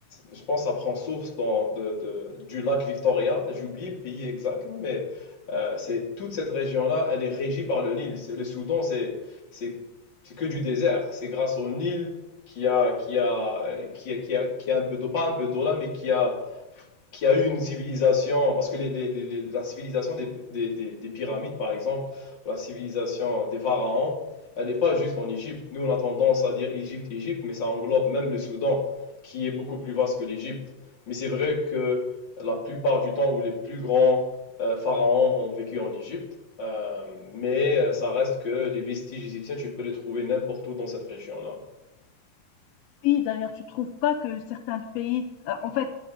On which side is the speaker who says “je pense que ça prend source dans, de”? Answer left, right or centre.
Left